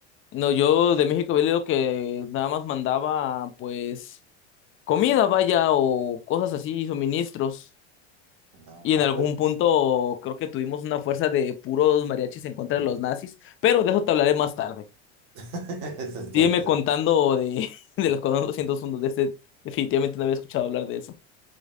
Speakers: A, on the left; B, on the right.
A: No, yo de México había leído que nada más mandaba, pues, comida, vaya, o cosas así, suministros.
B: No,
A: Y
B: no,
A: en algún
B: pero
A: punto creo que tuvimos una fuerza de puros mariachis en contra de los nazis, pero de eso te hablaré más tarde.
B: <laughs> eso está
A: Sígueme
B: bien, eso-
A: contando de, <laughs> de las cosas 201 de este, definitivamente no había escuchado hablar de eso.